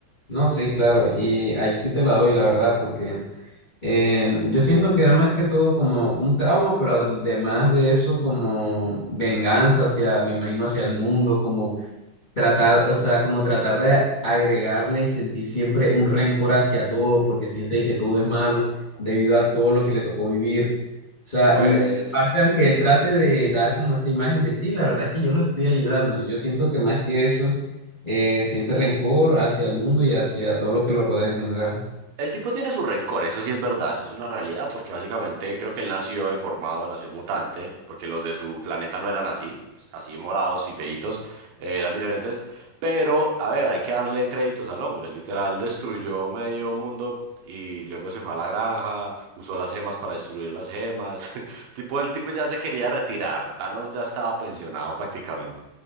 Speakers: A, on the left (about 30°); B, on the right (about 75°).
A: No, sí, claro, y ahí sí te la doy, la verdad, porque eh, yo siento que era más que todo como un trauma, pero además de eso, como venganza hacia, me imagino, hacia el mundo, como tratar, o sea, como tratar de agregarle y sentir siempre un rencor hacia todo, porque siente que todo es malo debido a todo lo que le tocó vivir. O sea,
B: Pues...
A: y parte, aunque él trate de dar como esa imagen de sí, la verdad es que yo los estoy ayudando. Yo siento que más que eso, eh, siente rencor hacia el mundo y hacia todo lo que lo rodea en general.
B: El tipo tiene su rencor, eso sí es verdad, eso es una realidad, porque básicamente creo que él nació deformado, nació mutante, porque los de su planeta no eran así, pues, así de morados y feitos, eh, eran diferentes. Pero, a ver, hay que darle créditos al hombre, literal destruyó medio mundo y luego se fue a la granja, usó las gemas para destruir las gemas. <laughs> Tipo, el tipo ya se quería retirar, Thanos ya estaba pensionado prácticamente.